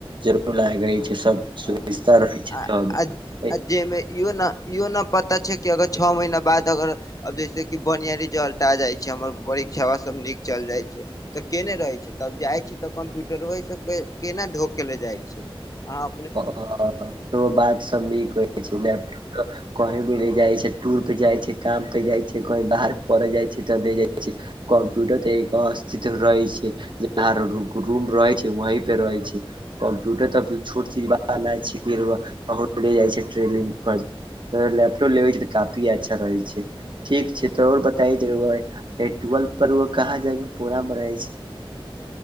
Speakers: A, on the right; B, on the left.
A: जड़बै बला अहां रहै छै सब सुविस्ता
B: ओ
A: रहै छै
B: आ
A: तब
B: अँ ज
A: ए
B: आ जहिमे इहो ना -इहो ना पता छै कि अगर छौ महीना बाद अगर अब जैसे कि बढ़िया रिजल्ट आ जाय छै, हमर परीक्षवा सब नीक चल जाय छै। तऽ केने रहे छै, तब जाए छी तब कंप्यूटरवा इ सब के केना ढों के ले जाय छै। अहां
A: अँ -अँ -अँ हमर बात सब नीक कहै छै, लैपटॉ प कहीं भी ले जाइ छै, टूर पे जाइ छै काम पे जाइ छै, कही बाहर पढ़ऽ जाइ छै। त ले जाए छै, कम्प्यूटर त एक अस्थित रहै छै। जहां रु रूम रहै छै वही पे रहै छै, कम्प्यूटर तऽ पि छोट चीज बा ना छिके रौवा बहुत ले जाइ छै ट्रेनिंग करे। त लेपटॉप लेबय के त काफी अच्छा रहै छै। ठीक छै त और बताइ ज रौवा इ टुवल पर रौवा कहाँ जायके प्रोग्राम बनाय छि।